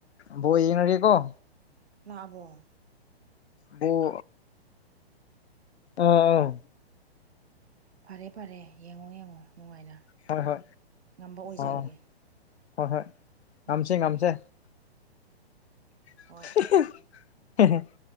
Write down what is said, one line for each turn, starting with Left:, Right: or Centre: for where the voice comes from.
Left: ꯕꯣꯜ ꯌꯦꯡꯉꯒꯦꯀꫭ
Right: ꯂꯥꯑꯕꫭ
Left: ꯕꯣꯜ ꯑꫭ ꯑꫭ
Right: ꯐꯔꯦ ꯐꯔꯦ ꯌꯦꯡꯉꯣ ꯌꯦꯡꯉꯣ ꯅꯨꯡꯉꯥꯏꯅ
Left: ꯍꯣꯏ ꯍꯣꯏ
Right: ꯉꯝꯕ ꯑꯣꯏꯖꯔꯒꯦ
Left: ꯑꯧ ꯍꯣꯏ ꯍꯣꯏ ꯉꯝꯁꯦ
Right: ꯎꯝ
Left: ꯉꯝꯁꯦ <unintelligible>
Right: ꯍꯣꯏ